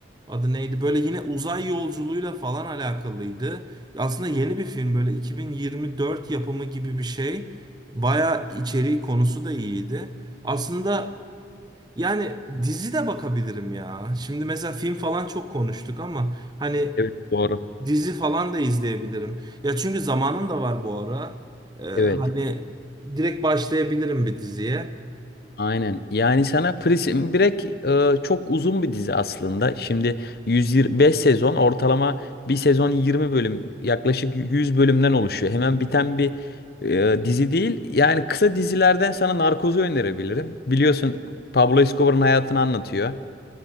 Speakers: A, on the right (about 20°); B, on the left (about 55°).
A: Adı neydi? Böyle yine uzay yolculuğuyla falan alakalıydı. Aslında yeni bir film böyle 2024 yapımı gibi bir şey. Baya içeriği konusu da iyiydi. Aslında yani dizi de bakabilirim ya. Şimdi mesela film falan çok konuştuk ama hani
B: Evet doğru.
A: dizi falan da izleyebilirim. Ya çünkü zamanım da var bu ara. Ee, hani
B: Evet.
A: direkt başlayabilirim bir diziye.
B: Aynen. Yani sana Prison Break e, çok uzun bir dizi aslında. Şimdi 125 sezon ortalama bir sezon 20 bölüm yaklaşık 100 bölümden oluşuyor. Hemen biten bir e, dizi değil. Yani kısa dizilerden sana Narkoz'u önerebilirim. Biliyorsun Pablo Escobar'ın hayatını anlatıyor.